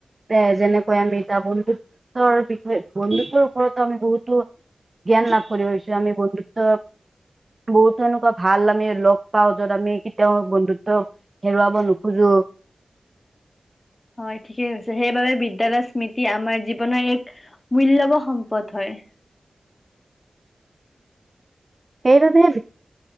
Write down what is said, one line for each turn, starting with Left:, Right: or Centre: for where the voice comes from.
Right: এ যেনেকৈ আমি তাৰ বন্ধুত্বৰ বিষয়ে বন্ধুত্বৰ ওপৰতো আমি বহুতো জ্ঞান লাভ কৰি আহছো আমি বন্ধুত্ব বহুতো এনেকোৱা ভাল আমি লগ পাওঁ যত আমি কেতিয়াও বন্ধুত্ব হেৰুৱাব নোখোজো
Left: হয় ঠিকেই কৈছে সেইবাবে বিদ্যয়ালয়ৰ স্মৃতি আমাৰ জীৱনৰ এক মূল্যবান সম্পদ হয়
Right: সেইবাবে